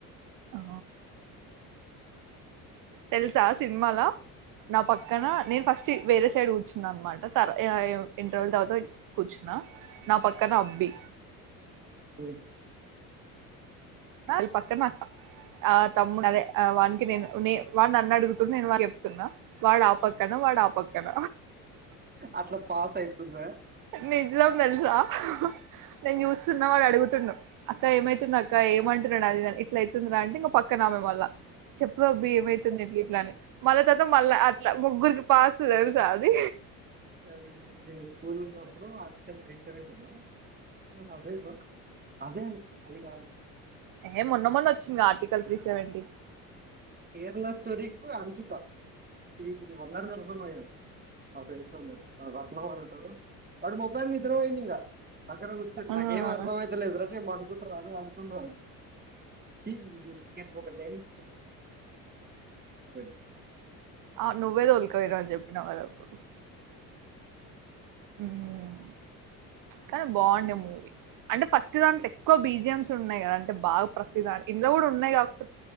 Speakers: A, on the right; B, on the right.
A: ఆ తెలుసా సినిమాల నా పక్కన నేను ఫస్ట్ వేరే ఇటుసైడ్ కూర్చున్నా అన్నమాట తర్ ఇంటర్వల్ తర్వాత కూర్చున్నా నా పక్కన అబ్బి
B: ఉమ్
A: వాల్ పక్కన అక్క ఆ తమ్ముడదే ఆ వాని నేను నేను వాడునన్నడుగుతుండు నేను వానికి చెప్తున్నా వాడు పక్కన వాడాపక్కన
B: అట్లా పాస్ అయితుందా
A: నిజం తెలుసా నేను చూస్తున్నా వాడు అడుగుతుండు అక్క ఏమైతుంది అక్క ఏమంటున్నాడు అది ఇదని ఇట్ల అయితుందిరా అంటే ఇంగ పక్కనామే మల్ల చెప్పు అబ్బి ఏమైతుంది ఇట్లా ఇట్ల అని మళ్ళ తరువాత మళ్ళా అట్లా ముగ్గురికి పాస్ తెల్సా అది
B: అది ఇది స్కూల్లున్నప్పుడు హాస్టల్ త్రీ సెవెంటిను ఆ అదే నా అదే అనుకుంట అదిగాదు
A: ఏ మొన్న మొన్న వచ్చింది ఆర్టికల్ త్రీ సెవెంటీ
B: కేరళ స్టోరీకి అను చుట్టా <unintelligible> ఆ పెరుతోని లేరు ఆ రత్నం అనేటోడు వాడు మొత్తాన్నికి నిద్ర పోయిండు ఇంకా అక్కడ కూర్చోండి
A: ఆ
B: నాకేం అర్థం అయిత లేదు రా నేన్ పండుకుంటారని అని పడుకుండు వాడు టి టికెట్ బొక్క నెన్ <unintelligible>
A: ఆ నువ్వే తోల్కపోయినవని చెప్పినవు కదప్పుడు ఊమ్ కానీ బాగుండే మూవీ అంటే ఫస్ట్ దాంట్లో ఎక్కువ బీజిఎం మ్స్ ఉన్నాయి కదా అంటే బాగా ప్రతిదానికి ఇండ్ల కూడా ఉన్నాయి కద